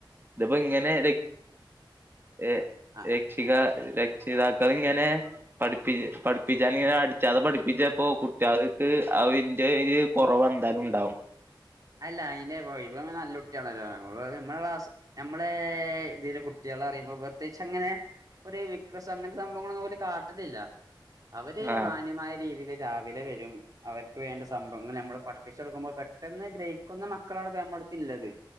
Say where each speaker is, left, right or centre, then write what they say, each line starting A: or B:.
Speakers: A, on the right; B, on the right.
A: ഇതിപ്പോ ഇങ്ങനെ ഏ
B: ആഹ്
A: രക്ഷിക ര രക്ഷിതാക്കളിങ്ങനെ പഠിപ്പി പഠിപ്പിച്ചാന ഇങ്ങനെ അടിച്ചാതെ പഠിപ്പിച്ച കുട്ടികൾക്ക് ആ ഒരി കൊറവ് എന്തായാലും ണ്ടാവും
B: അല്ല അയിന് ഇവൻ നല്ല കുട്ടിയാണല്ലോ നമ്മ നമ്മടെ ക്ലാസ് നമ്മളെ ഇതീല് കുട്ടിയള് അറിയുമ്പോ പ്രത്യേകിച്ച് അങ്ങനെ ഒരു വിക്രസ് അങ്ങനെ സംഭവങ്ങളൊന്നും ഓല് കാട്ടലില്ല അവര്
A: ആഹ്
B: മാന്യമായ രീതിയില് രാവിലെ വരും അവർക്ക് വേണ്ട സംഭവങ്ങൾ നമ്മള് പഠിപ്പിച്ചെടുക്കുമ്പോൾ പെട്ടെന്ന് ഗ്രഹിക്കുന്ന മക്കളാണ് ഇപ്പോ നമ്മളോടൊപ്പം ഉള്ളത്